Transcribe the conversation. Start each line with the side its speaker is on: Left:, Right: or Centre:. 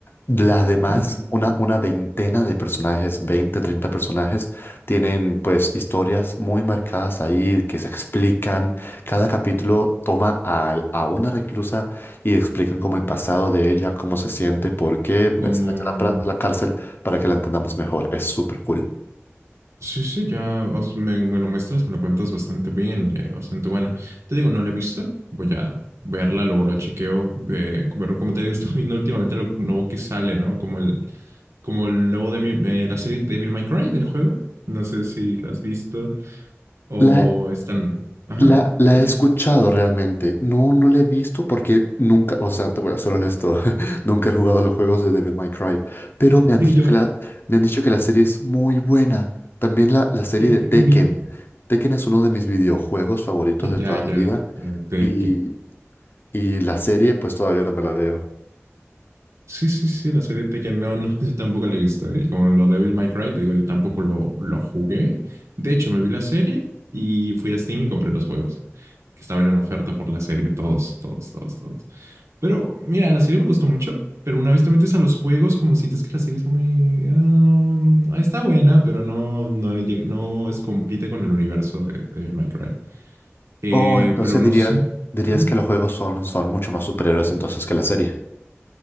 Left: las demás,
Right: ujú.
Left: una, una veintena de personajes, 20, 30 personajes, tienen pues historias muy marcadas ahí que se explican. Cada capítulo toma a a, una reclusa y explican como el pasado de ella, cómo se siente, por qué
Right: Como
Left: se mete a la, pra- a la cárcel, para que la entendamos mejor. Es súper cool.
Right: Sí, sí, ya os- me, me lo muestras, me lo cuentas bastante bien, eh, bastante buena. Te digo, no la he visto, voy a verla, luego la chequeo, eh, pero como te digo, <laughs> estoy viendo últimamente lo nuevo que sale, ¿no? Como el, como el nuevo de mi- eh, la serie Devil May Cry del juego. No sé si la has visto o
Left: La,
Right: están... Ajá,
Left: La, la
Right: se me
Left: he
Right: dice.
Left: escuchado realmente. No, no la he visto porque nunca, o sea, te voy a ser honesto, <laughs> nunca he jugado los juegos de Devil May Cry, pero me han
Right: Ni
Left: dicho
Right: yo.
Left: que la, me han dicho que la serie es muy buena. También la, la serie
Right: Ni,
Left: de Tekken.
Right: ni-
Left: Tekken es uno de mis videojuegos favoritos
Right: ah,
Left: de
Right: Ya,
Left: toda la
Right: ya,
Left: vida
Right: ya, te
Left: y, y la serie pues todavía no me la veo.
Right: Sí, sí, sí, la serie Tekken, no, no, <laughs> yo tampoco la he visto. Y como lo de Devil May Cry, te digo, yo tampoco lo, lo jugué. De hecho, me vi la serie y fui a Steam y compré los juegos que estaban en oferta por la serie, todos, todos, todos, todos. Pero mira, la serie me gustó mucho, pero una vez te metes a los juegos, como sientes que la serie es muy... ah, está buena, pero no, no, lleg- no es, compite con el universo de, de Devil May Cry. Eh,
Left: Oh, entonces
Right: pero no
Left: diría,
Right: sé.
Left: dirías
Right: Ujú.
Left: que los juegos son, son mucho más superiores entonces que la serie.